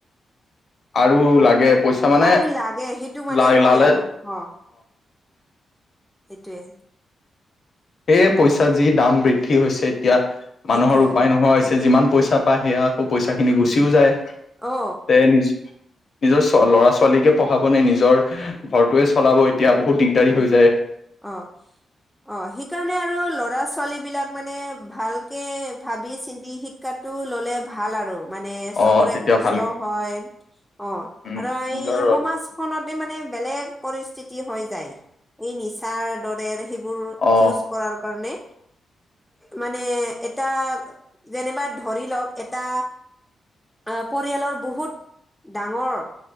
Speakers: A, on the left; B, in the centre.
A: আৰু লাগে পইচা মানে
B: আৰু লাগে সেইটো মানে
A: লা
B: হয়
A: লালে
B: আৰু অ' সেইটোৱে।
A: সেই পইচা যি দাম বৃদ্ধি হৈছে এতিয়া, মানুহৰ
B: সেইটো
A: উপায় নোহোৱা হৈছে, যিমান পইচা পা সেয়া আকৌ পইচাখিনি গুচিও যায়,
B: অ
A: তে নিজ নিজৰ ল'ৰা ছোৱালীকে পঢ়াব নে নিজৰ ঘৰটোৱে চলাব এতিয়া বহুত দিগদাৰি
B: উম
A: হৈ যায়।
B: অ'। অ' সেইকাৰণে আৰু ল'ৰা ছোৱালীবিলাক মানে ভালকে ভাবি চিন্তি শিক কাটো ল'লে ভাল আৰু। মানে চবৰে
A: অ তেতিয়া
B: কষ্ট
A: ভাল
B: হয়। অ'
A: উম
B: আৰু এই
A: নিজৰ
B: সমাজ খনতে মানে বেলেগ পৰিস্থিতি হৈ যায়। যি নিচাৰ দৰে সেইবোৰ
A: অ
B: ইউজ কৰাৰ কাৰণে। মানে এটা যেনিবা ধৰি লওক এটা আ, পৰিয়ালৰ বহুত ডাঙৰ,